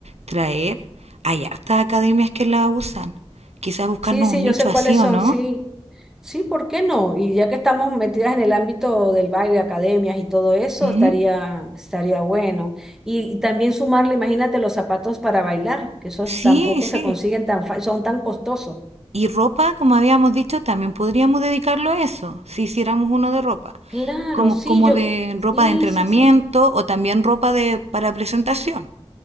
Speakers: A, on the right; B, in the centre.
A: traer, hay hartas academias que las usan. Quizás buscarnos
B: Sí, sí,
A: un
B: yo
A: nicho
B: sé cuáles
A: así o
B: son,
A: no.
B: sí. Sí, ¿por qué no? Y ya que estamos metidas en el ámbito del baile, academias y todo eso,
A: Ujú.
B: estaría, estaría bueno. Y, y también sumarle, imagínate, los zapatos para bailar, que esos
A: Sí,
B: tampoco
A: sí.
B: se consiguen tan fácil, son tan costosos.
A: Y ropa, como habíamos dicho, también podríamos dedicarlo a eso, si hiciéramos uno de ropa,
B: Claro,
A: como,
B: sí,
A: como
B: yo,
A: de
B: sí,
A: ropa de entrenamiento
B: sí, sí.
A: o también ropa de, para presentación.